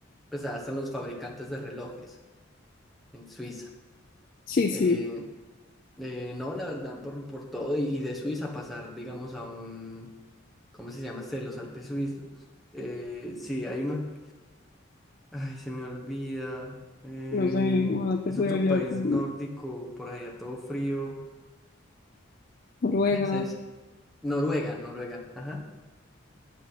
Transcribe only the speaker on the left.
Sí,
sí,
no sé, ojalá te
pudiera
llevar
con
Noruega,